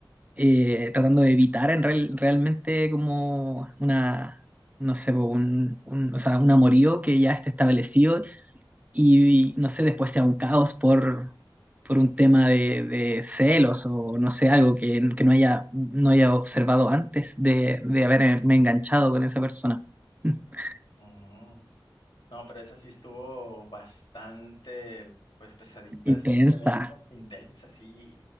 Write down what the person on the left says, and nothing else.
Ujú. No, pero esa sí estuvo bastante, pues pesadita,
sí se me hizo, intensa, sí.